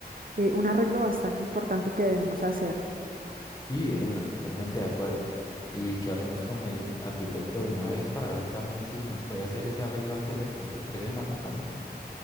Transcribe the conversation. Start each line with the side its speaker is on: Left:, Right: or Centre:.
Right: eh, un arreglo bastante importante que debemos hacer.
Left: Y de una, totalmente de acuerdo. Y que hablemos con el arquitecto de una vez para ver también si nos puede hacer ese arreglo antes de que nos entreguen el apartamento.